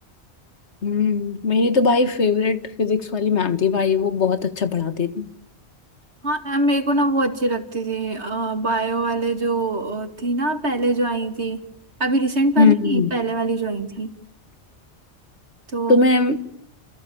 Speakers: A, on the left; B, on the right.
A: हम्म मेरी तो भाई फेवरेट फिजिक्स वाली मैम थी भाई वो बहुत अच्छा पढ़ाती थी
B: हाँ अ, मेरे को ना वो अच्छी लगती थी बायो वाले जो अ, थी ना पहले जो आई थी अभी रिसेंट वाली
A: हम्म
B: नहीं पहले वाली जो आई थी तो
A: तुम्हें